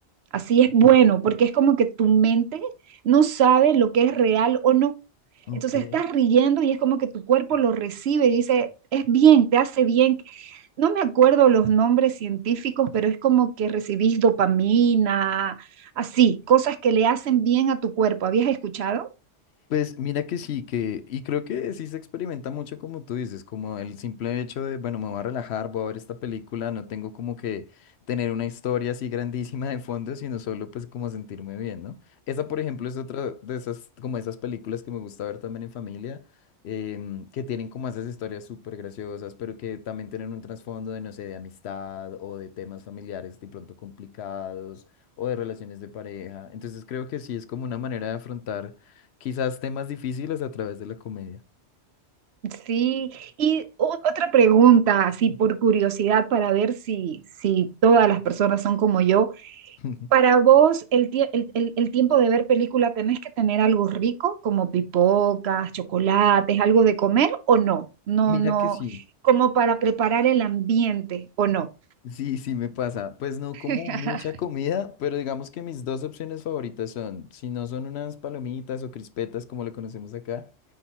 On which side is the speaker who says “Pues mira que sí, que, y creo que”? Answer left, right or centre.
Left